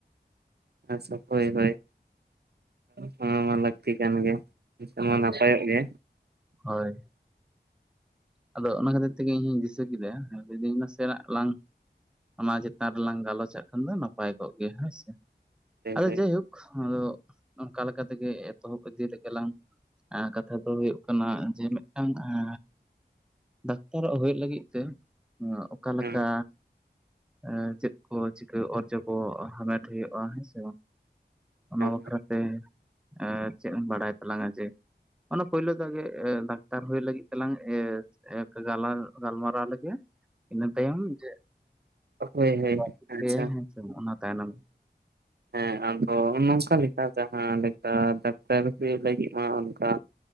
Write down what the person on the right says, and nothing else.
ᱟᱪᱪᱷᱟ ᱦᱳᱭ ᱦᱳᱭ, ᱚᱱᱟ ᱢᱟ ᱞᱟᱹᱠᱛᱤ ᱠᱟᱱ ᱜᱮᱭᱟ᱾ <unintelligible> ᱢᱟ ᱱᱟᱯᱟᱭᱚᱜ ᱜᱮ
ᱦᱳᱭ
ᱦᱳᱭ
ᱦᱮᱸ
ᱦᱮᱸ
ᱦᱚᱭ ᱦᱚᱭ
ᱟᱪᱪᱷᱟ
ᱦᱮᱸ ᱟᱫᱚ ᱱᱚᱝᱠᱟ ᱞᱮᱠᱟ ᱡᱟᱦᱟᱸ ᱞᱮᱠᱟ ᱫᱟᱠᱛᱟᱨ ᱦᱩᱭᱩᱜ ᱞᱟᱹᱜᱤᱫ ᱢᱟ ᱚᱱᱠᱟ